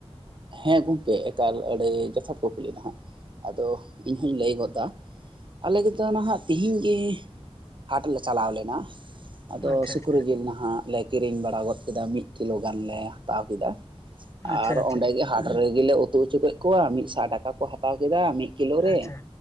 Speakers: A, on the right; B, on the left.
A: ᱦᱮᱸ ᱜᱚᱢᱠᱮ ᱮᱠᱟᱞ ᱟᱹᱲᱟᱹᱭ ᱡᱚᱛᱷᱟ ᱠᱩᱠᱞᱤ ᱦᱟᱸᱜ ᱟᱫᱚ ᱤᱧ ᱦᱚᱧ ᱞᱟᱹᱭ ᱜᱚᱫᱟ ᱟᱞᱮᱫᱚ ᱱᱟᱦᱟᱜ ᱛᱮᱦᱤᱧ ᱜᱮ ᱦᱟᱴ ᱞᱮ ᱪᱟᱞᱟᱣ ᱞᱮᱱᱟ ᱟᱫᱚ
B: ᱟᱪᱪᱷᱟ
A: ᱥᱩᱠᱨᱤ
B: ᱟᱪᱪᱷᱟ
A: ᱡᱤᱞ ᱱᱟᱦᱟᱜ ᱞᱮ ᱠᱤᱨᱤᱧ ᱵᱟᱲᱟ ᱜᱚᱫ ᱠᱮᱫᱟ ᱢᱤᱫ ᱠᱤᱞᱳ ᱜᱟᱱᱞᱮ ᱦᱟᱛᱟᱣ ᱠᱮᱫᱟ
B: ᱟᱪᱪᱷᱟ
A: ᱟᱨ
B: ᱟᱪᱪᱷᱟ
A: ᱚᱸᱰᱮᱜᱮ ᱦᱟᱴ ᱨᱮᱜᱮ ᱞᱮ ᱩᱛᱩ ᱦᱚᱪᱚ ᱠᱮᱫ ᱠᱚᱣᱟ ᱢᱤᱫ ᱥ ᱴᱟᱠᱟ ᱠᱚ ᱦᱟᱛᱟᱣ ᱠᱮᱫᱟ ᱢᱤᱫ ᱠᱤᱞᱳ ᱨᱮ
B: ᱟᱪᱪᱷᱟ